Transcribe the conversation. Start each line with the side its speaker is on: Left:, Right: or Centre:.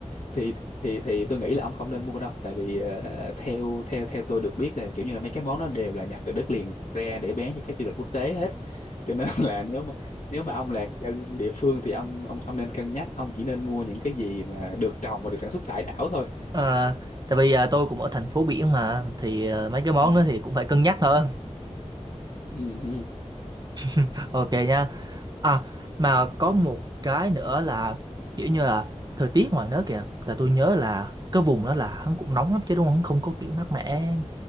Left: thì thì thì tôi nghĩ là ông không nên mua đâu tại vì ờ, theo theo theo tôi được biết là kiểu như là mấy cái món nó đều là nhập từ đất liền ra để bán cho khách du lịch quốc tế hết cho nên <laughs> là nếu mà nếu mà ông là dân địa phương thì ông ông ông nên cân nhắc ông chỉ nên mua những cái gì mà được trồng và được sản xuất tại đảo thôi
Right: Ờ, tại vì à, tôi cũng ở thành phố biển mà thì à, mấy cái món
Left: ừ.
Right: đó thì cũng phải cân nhắc hơn.
Left: Ừ.
Right: <laughs> Ok nha. À mà có một cái nữa là kiểu như là thời tiết ngoài nước kìa là tôi nhớ là cái vùng đó là hắn cũng nóng lắm chứ đúng không? Hắn Không có kiểu mát mẻ